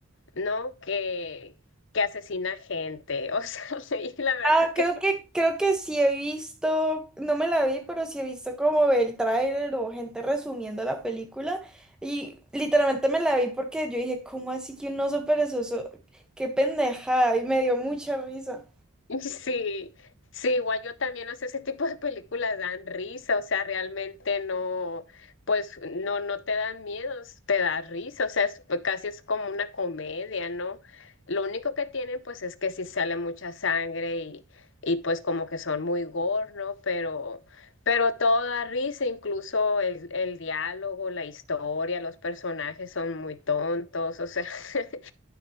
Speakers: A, on the left; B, in the centre.
A: ¿no? Que, que asesina gente. <laughs> O sea, y la verdad
B: Ah,
A: que
B: creo que, creo que sí he visto, no me la vi, pero sí he visto como el tráiler o gente resumiendo la película. Y literalmente me la vi porque yo dije, ¿cómo así que un oso perezoso? ¡Qué pendejada! Y me dio mucha risa.
A: Sí, sí, igual yo también, o sea, ese tipo de películas dan risa, o sea, realmente no, pues no, no te dan miedos, te da risa, o sea, es- pues, casi es como una comedia, ¿no? Lo único que tienen, pues, es que sí sale mucha sangre y, y pues como que son muy gore, ¿no? Pero, pero todo da risa, incluso el, el diálogo, la historia, los personajes son muy tontos, o sea, <laughs>